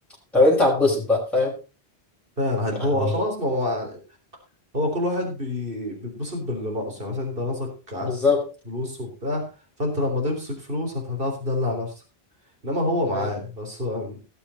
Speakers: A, in the centre; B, on the right.
A: طب انت هتبسط بقى فاهم
B: فعلا هت-
A: يعني
B: هو خلاص ما هو هو كل واحد بي... بيتبسط باللي ناقص يعني مثلا انت ناقصك عايز
A: بالظبط
B: فلوس وبتاع فانت لما تمسك فلوس هت- هتعرف تدلع نفسك انما هو
A: ما-
B: معاه بس هو